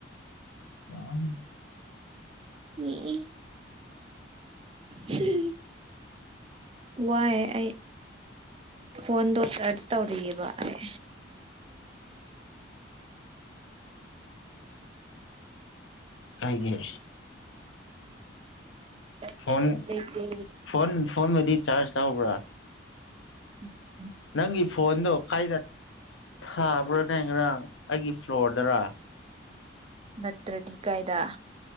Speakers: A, on the left (about 75°); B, on the right (about 30°).
A: <unintelligible>
B: ꯌꯦꯛꯏ ꯍꯝꯍꯝ ꯍꯝ ꯬꯬꯬꯬ꯋꯥꯏ ꯑꯩ ꯐꯣꯟꯗꯣ ꯆꯥꯔꯖ ꯇꯧꯔꯤꯌꯦꯕ ꯑꯩ
A: ꯀꯩꯒꯤ
B: ꯕꯦꯇ꯭ꯔꯤ
A: ꯐꯣꯟ
B: ꯂꯩꯇꯦ
A: ꯐꯣꯟ ꯐꯣꯟꯗꯨꯗꯤ ꯆꯥꯔꯖ ꯇꯧꯕ꯭ꯔꯥ
B: ꯎꯝ
A: ꯅꯪꯒꯤ ꯐꯣꯟꯗꯣ ꯈꯥꯏꯅ ꯊꯥꯕ꯭ꯔꯣꯅꯦ ꯉꯔꯥꯡ ꯑꯩꯒꯤ ꯐ꯭ꯂꯣꯔꯗꯔ
B: ꯅꯠꯇ꯭ꯔꯗꯤ ꯀꯥꯏꯗ